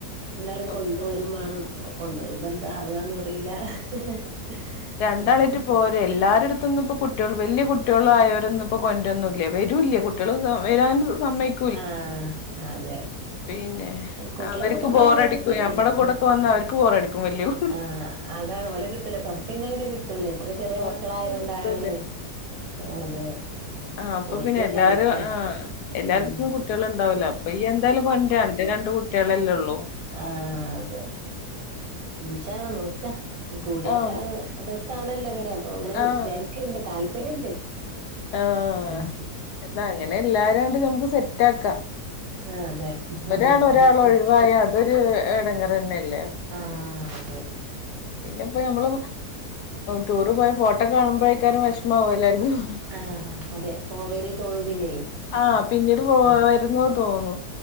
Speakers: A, on the right; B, on the left.
A: എന്തായാല്
B: അപ്പൊ
A: കൊണ്ടുവരുമ്പാണം അപ്പൊ കൊണ്ടുവരുമ്പോ എന്താ ആവുകാന്ന് അറിയൂല്ല ഹ്ഹ്
B: ആഹ് രണ്ടാളായിട്ട് പോരെ എല്ലാരടുത്തുന്ന് ഇപെ കുട്ടിയൾ വലിയ കുട്ടിയാളയെരെന്നു ഇപ്പോ കൊണ്ടന്നു വരുല്ല കുട്ടിയാളെനും വരാൻ സമ്മയിക്കുല്ല
A: ആഹ അതെ
B: പിന്നെ
A: കുട്ടികളെ
B: അവരിക്ക്
A: കൂട്ടത്തിലാവുമ്പോ
B: ബോറടിക്കുവേ
A: കഴിഞ്ഞു
B: ഞമ്മടെ കൂടൊക്ക വന്നാ അവർക്ക് ബോറടിക്കും വല്യവ്
A: ആഹ് അതാണ് ഓല് കിട്ടില്ല കൊറച്ചയിഞ്ഞാ അത് കിട്ടും ട്ടൂലെ ഇപ്പൊക്കെ
B: ആഹ്
A: ചെറിയ
B: കൊറച്ച്
A: മക്കളായോണ്ടാണ്
B: കിട്ടൂല
A: അതെ
B: ആ അപ്പൊ
A: ഓൽക്ക്
B: പിന്നെ എല്ലാരും
A: കളിക്കാ
B: ആഹ് എല്ലാര്ത്തും
A: ഉം
B: കു കുട്ടികള് ഇണ്ടാവില്ല അപ്പൊ ഇയ്യ് എന്തായാലും കൊണ്ട്രാ അന്റെ രണ്ട് കുട്ടിയളല്ലേ ഒള്ളൂ
A: ആ അതെ ഇൻശാ അള്ളാ നോക്ക കൂടിയ
B: ആഹ്
A: കാ രസാണല്ലോങ്ങനെ ങ്ങനെ
B: ആഹ്
A: വിചാരിക്ക്‌ണ്ട് താല്പര്യണ്ട്
B: ആഹ്
A: ഉം
B: എന്നാ അങ്ങനെ എല്ലാരാണ്ട് നമുക്ക് സെറ്റാക്കാ
A: ആ അതെ
B: ഒരാള് ഒരാള്
A: അടിച്ച്
B: ഒഴുവായാ അതൊരു എടങ്ങെറന്നല്ലേ
A: ആ അതെ
B: പിന്നെ ഇപ്പോ ഞമ്മള് ടൂറ് പോയ ഫോട്ടോക്ക കാണുമ്പഴേക്കാരം വെഷ്മാവാ എല്ലാര്ക്കും
A: ആഹ് അതെ പോവേനി തോന്നും പിന്നെ
B: ആ പിന്നീട് പോവേരുന്നു
A: ആ
B: തോന്നും